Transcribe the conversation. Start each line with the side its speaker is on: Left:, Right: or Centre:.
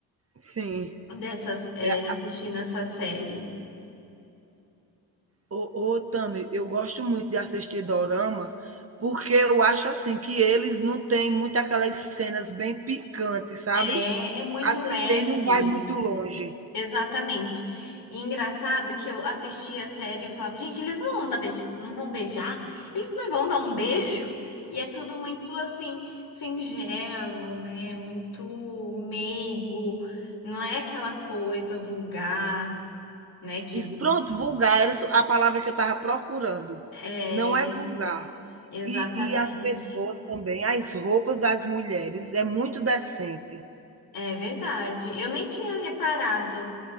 Right: Sim.
Left: dessa é,
Right: É,
Left: assistindo essa série.
Right: ô ô Tami, eu gosto muito de assistir dorama, porque eu acho, assim, que eles não têm muito aquelas cenas bem picantes, sabe.
Left: É, é muito
Right: As
Left: leve.
Right: que tem não vai muito longe.
Left: Exatamente. E engraçado que eu assistia a série e eu falava, gente, eles não vão dar beij- não vão beijar, eles não vão dar um beijo. E é tudo muito assim, singelo, né? Muito meigo, não é aquela coisa vulgar, né? Que
Right: Isso, pronto, vulgar era a palavra que eu estava procurando.
Left: é
Right: Não é vulgar.
Left: exatamente.
Right: E e as pessoas também, as roupas das mulheres é muito decente,
Left: É verdade. Eu nem tinha reparado.